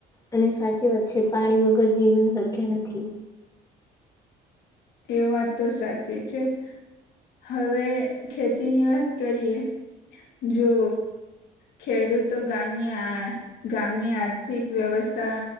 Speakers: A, on the left (about 20°); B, on the left (about 75°).
A: અને સાચી વાત છે પાણી વગર જીવન શક્ય નથી.
B: એ વાત તો સાચી છે હવે ખેતીની વાત કરીએ જો ખેડૂતો ગામની આ ગામની આર્થિક વ્યવસ્થા